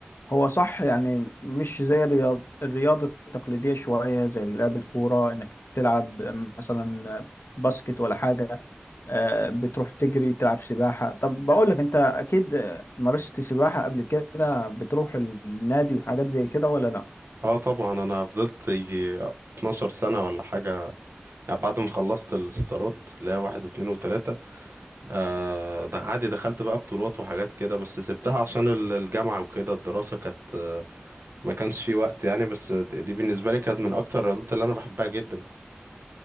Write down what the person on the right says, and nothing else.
اه طبعا انا فضلت يجي 12 سنة ولا حاجة يعني بعد ما خلصت الستارات لا واحد واتنين وتلاتة آه ده عادي دخلت بقى بطولات وحاجات كده بس سبتها عشان ال- الجامعة وكده الدراسة كانت ما كانش في وقت يعني بس د- دي بالنسبة لي كانت من أكتر الرياضات اللي أنا بحبها جدا